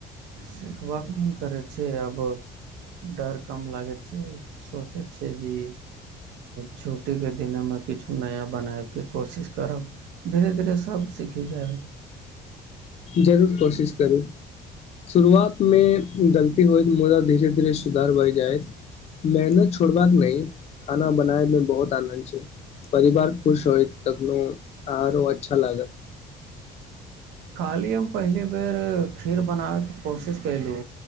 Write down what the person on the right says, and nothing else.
सिखबाक मोन करैत छै आब डर कम लागैत छै सोचै छै जे छुट्टी के दिन मे किछु नया बनायब के कोशिश करब धीरे धीरे सब सीखि जायब
खाली हम पहिल बेर खीर बनेबाक कोशिश कर लू